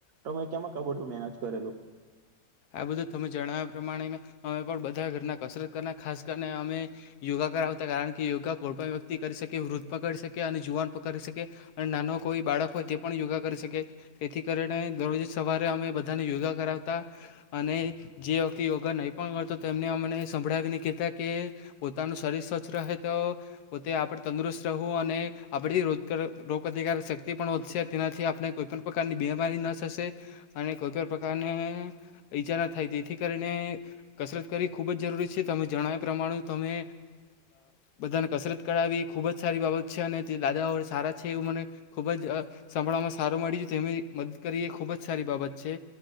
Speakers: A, on the right; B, on the left.
A: તમે કેમાં ક બધું મેનજ કરેલું?
B: આ બધું તમે જણાવ્યા પ્રમાણે અમે પણ બધા ઘરના કસરત કરના ખાસ કરીને અમે યોગા કરાવતા કારણ કે યોગા કોઈ પણ વ્યક્તિ કરી શકે વૃદ્ધ પણ કરી શકે અને જુવાન પણ કરી શકે અને નાનો કોઈ બાળક હોય તે પણ યોગા કરી શકે. તેથી કરીને દરરોજ સવારે અમે બધાને યોગા કરાવતા. અને જે વ્યક્તિ યોગા નહીં પણ કરતો તેમને અમને સંભળાવીને કહેતા કે પોતાનું શરીર સ્વચ્છ રહે તો પોતે આપણે તંદુરસ્ત રહેવું અને આપણી રોજ રોગપ્રતિકારક શક્તિ પણ વધશે તેનાથી આપણે કોઈપણ પ્રકારની બીમારી ન થશે. અને કોઈપણ પ્રકારને ઈજારા થાય. તેથી કરીને કસરત કરવી ખૂબ જ જરૂરી છે તમે જણાવ્યા પ્રમાણે તમે બધાને કસરત કરાવી એ ખુબ જ સારી બાબત છે. અને તે દાદાઓ સારા છે એવું મને ખુબ જ સાભળમાં સારું મળી તેની મદદ કરી એ ખૂબ જ સારી બાબત છે.